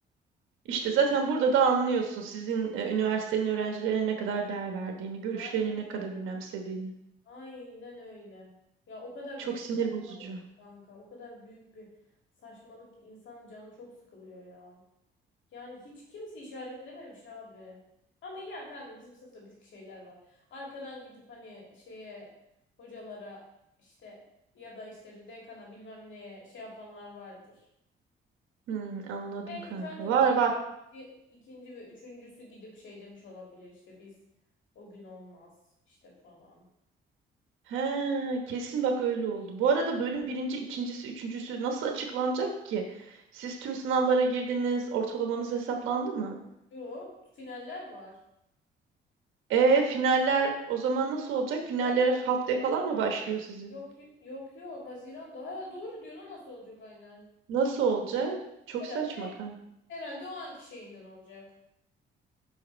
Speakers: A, on the right; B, on the left.
A: İşte zaten burada da anlıyorsun sizin e, üniversitenin öğrencilerine ne kadar değer verdiğini, görüşlerini
B: Aynen
A: ne kadar
B: abi.
A: önemsediğini.
B: Aynen öyle. Ya o kadar
A: Çok
B: büyük
A: sinir
B: bir saçmalık
A: bozucu.
B: ki kanka. O kadar büyük bir saçmalık ki insanın canı çok sıkılıyor ya. Yani hiç kimse işaretlememiş abi. Ama ya kanka bizim sınıfta bir tık şeyler var. Arkadan gidip hani şeye hocalara işte ya da işte dekana bilmem neye şey yapanlar vardır.
A: Hmm, anladım
B: Belki
A: kanka.
B: kanka
A: Var
B: böyle
A: var.
B: birinci, ikinci ve üçüncüsü gidip şey demiş olabilir işte biz o gün olmaz işte falan.
A: He, kesin bak öyle oldu. Bu arada bölüm birinci, ikincisi, üçüncüsü nasıl açıklanacak ki? Siz tüm sınavlara girdiniz, ortalamanız hesaplandı mı?
B: Yok finaller var.
A: E finaller o zaman nasıl olacak? Finaller
B: Doğru.
A: haftaya falan mı başlıyor sizin?
B: Yok yok yok Haziran'da. Ha, doğru diyorsun o nasıl olacak aynen.
A: Nasıl olacak? Çok
B: Herhalde
A: saçma kanka.
B: herhalde o anki şeyinden olacak.